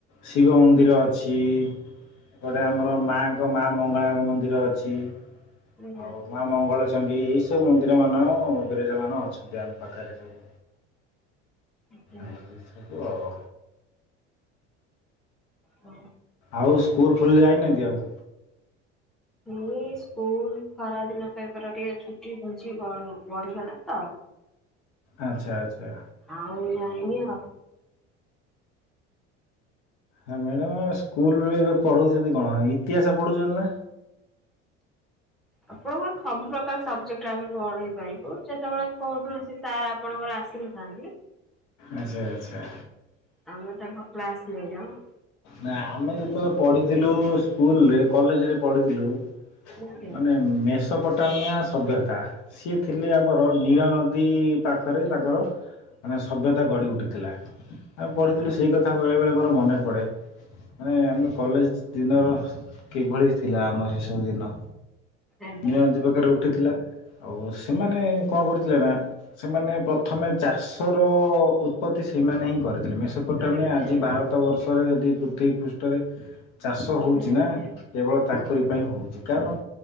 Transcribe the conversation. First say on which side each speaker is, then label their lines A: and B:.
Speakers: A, on the left; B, in the centre.
A: ଶିବ ମନ୍ଦିର ଅଛି ଗୋଟେ ଆମର ମା ତାଙ୍କ ମା ମଙ୍ଗଳାଙ୍କ ମନ୍ଦିର ଅଛି।
B: ଆଜ୍ଞା
A: ଆଉ ମା ମଙ୍ଗଳଚଣ୍ଡୀ ଏଇ ସବୁ ମନ୍ଦିର ମାନ ବିରାଜ ମାନ ଅଛନ୍ତି ଆମ ପାଖରେ ସବୁ।
B: <unintelligible> ଆଜ୍ଞା।
A: ଏଇସବୁ ଆଉ।
B: ହଁ।
A: ଆଉ ସ୍କୁଲ ଫୁଲ୍ ଯାଇନାହାନ୍ତି ଆଉ।
B: ଏଇ ସ୍କୁଲ ଖରା ଦିନ ପାଇଁ ପରା ଟିକେ ଛୁଟି ଘୁଞ୍ଚି ବଢିଗଲା ତ।
A: ଆଛା ଆଛା।
B: ଆଉ ଯାଇନି ଆଉ।
A: ହଁ ମ୍ୟାଡ଼ାମ ଆମ ସ୍କୁଲରେ ଏବେ ପଢ଼ଉଛନ୍ତି କଣ ଇତିହାସ ପଢ଼ୋଉଛନ୍ତି ନା।
B: ଆପଣ ଙ୍କ ସବୁ ପ୍ରକାର ସବଜେକ୍ଟ ରେ ଆମେ ପଢେଇ ପାରିବୁ ଯେତେବେଳେ କୋନଶି ସାର୍ ଆ। ଆପଣଙ୍କର ଆସିନଥାନ୍ତି।
A: ଆଚ୍ଛା ଆଚ୍ଛା।
B: ଆମେ ତାଙ୍କ କ୍ଲାସ୍ ନେଇଯାଉ ଆଉ।
A: ନା ଆମେ ଯେତେବେଳେ ପଢିଥିଲୁ ସ୍କୁଲରେ କଲେଜ ରେ ପଢିଥିଲୁ
B: ଆଜ୍ଞା
A: ମାନେ। ମେଷପଟାମିଆଁ ସଭ୍ୟତା। ସିଏ ଥିଲେ ଆମର ନୀଳ ନଦୀ ପାଖରେ ତାଙ୍କର। ଆମେ ସଭ୍ୟତା ଗଢ଼ି ଉଠିଥିଲା ଆମେ ପଢ଼ିଥିଲୁ
B: ଆଜ୍ଞା।
A: ସେଇ କଥା ବେଳେବେଳେ ମୋର ମନେ ପଡ଼େ। ମାନେ ଆମେ କଲେଜ ଦିନର କିଭଳି ଥିଲା ଆମ ସେ ସବୁ ଦିନ।
B: ଆଜ୍ଞା।
A: ନୀଳା ନଦୀ ପାଖରେ ଉଠିଥିଲା ଆଉ ସେମାନେ। କଣ କରୁଥିଲେନା ସେମାନେ ପ୍ରଥମେ ଚାଷର ଉତ୍ପତ୍ତି ସେଇମାନେହିଁ କରିଥିଲେ ମେଷ। ପ୍ରଟଲମେ
B: ଆଜ୍ଞା
A: ଆଜି
B: ଆଜ୍ଞା
A: ଭାରତ ବର୍ଷରେ ଯଦି ପୃଥିବୀ ପୃଷ୍ଠରେ। ଚାଷ
B: ଆଜ୍ଞା
A: ହଉଛି ନା କେବଳ ତାଙ୍କରି ପାଇଁ ହେଉଛି କାରଣ।